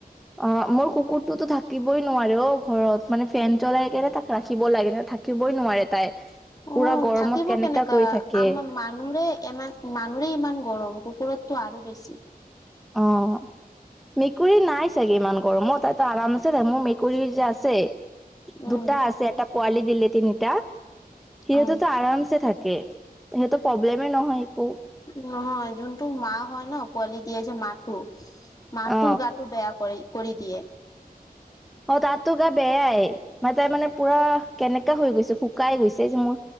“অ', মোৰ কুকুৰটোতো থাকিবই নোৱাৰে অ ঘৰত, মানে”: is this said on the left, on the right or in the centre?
Centre